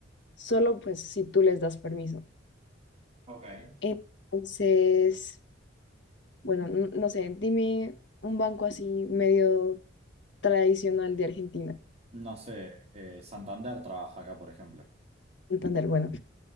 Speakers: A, on the left; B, on the right.
A: solo pues si tú les das permiso.
B: Ok.
A: Entonces, bueno, n- no sé, dime un banco así medio tradicional de Argentina.
B: No sé, eh, Santander trabaja acá, por ejemplo.
A: Santander, bueno.